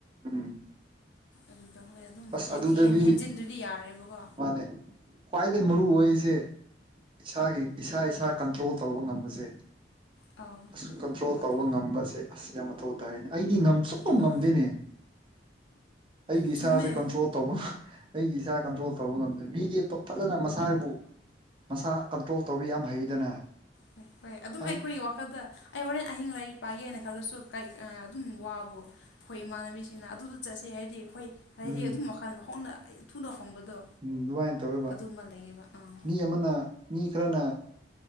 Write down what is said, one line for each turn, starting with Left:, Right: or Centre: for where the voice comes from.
Right: ꯎꯝ
Left: ꯑꯗꯨꯗ ꯍꯣꯏ ꯑꯗꯨꯝ
Right: ꯑꯁ
Left: ꯍꯥꯏꯗꯤ
Right: ꯑꯗꯨꯗꯗꯤ
Left: ꯍꯦꯟ ꯍꯦꯟ ꯍꯦꯟꯖꯤꯟꯗ꯭ꯔꯤ ꯗꯤ ꯌꯥꯔꯦꯕꯣꯒꯣ
Right: ꯃꯥꯅꯦ ꯈ꯭ꯋꯥꯏꯗꯒꯤ ꯃꯔꯨ ꯑꯣꯏꯁꯦ ꯏꯁꯥꯒꯤ ꯏꯁꯥ ꯏꯁꯥ ꯀꯟꯇ꯭ꯔꯣꯜ ꯇꯧꯕ ꯉꯝꯕꯁꯦ
Left: ꯑꯥꯎ
Right: ꯑꯁ ꯀꯟꯇ꯭ꯔꯣꯜ
Left: ꯑꯗꯨ
Right: ꯇꯧꯕ ꯉꯝꯕꯁꯦ ꯑꯁ ꯌꯥꯝ ꯃꯊꯧ ꯇꯥꯏꯅꯦ ꯑꯩꯗꯤ ꯉꯥꯝ ꯁꯛꯄ
Left: ꯎꯝ
Right: ꯉꯝꯗꯦꯅꯦ ꯑꯩꯒꯤ
Left: ꯆꯨꯝꯃꯦ
Right: ꯏꯁꯥꯁꯦ ꯀꯟꯇ꯭ꯔꯣꯜ ꯇꯧꯕꯥ ꯑꯩꯒꯤ ꯏꯁꯥ ꯀꯟꯇ꯭ꯔꯣꯜ ꯇꯧꯕ ꯉꯝꯗꯦ ꯃꯤꯗꯤ ꯐꯖꯅ ꯃꯁꯥꯕꯨ ꯃꯁꯥ ꯀꯟꯇ꯭ꯔꯣꯜ ꯇꯧꯕ ꯌꯥꯝ ꯍꯩꯗꯅ
Left: ꯍ ꯍꯣꯏ ꯑꯗꯨꯝ
Right: ꯑꯩ
Left: ꯑꯩꯈꯣꯏꯒꯤ ꯋꯥꯈꯜꯗ ꯑꯩ ꯍꯣꯔꯦꯟ ꯑꯍꯤꯡ ꯂꯥꯏꯔꯤꯛ ꯄꯥꯏꯒꯦꯅ ꯈꯜꯂꯁꯨ ꯀꯩ ꯑꯗꯨꯝ ꯋꯥꯕꯨ ꯑꯩꯈꯣꯏ ꯏꯃꯥꯟꯅꯕꯤꯁꯤꯡꯅ ꯑꯗꯨꯗ ꯆꯠꯁꯦ ꯍꯥꯏꯗꯤ ꯈꯣꯏ ꯍꯥꯏꯗꯤ
Right: ꯎꯝ
Left: ꯑꯗꯨꯝ ꯃꯈꯜꯗ ꯍꯣꯡꯅ ꯑꯩ ꯊꯨꯅ ꯍꯣꯡꯕꯗꯣ
Right: ꯎꯝ ꯑꯗꯨꯃꯥꯏꯅ ꯇꯧꯋꯦꯕ
Left: ꯑꯗꯨꯃ ꯂꯩꯌꯦꯕ ꯑꯥ
Right: ꯃꯤ ꯑꯃꯅ ꯃꯤ ꯈꯔꯅ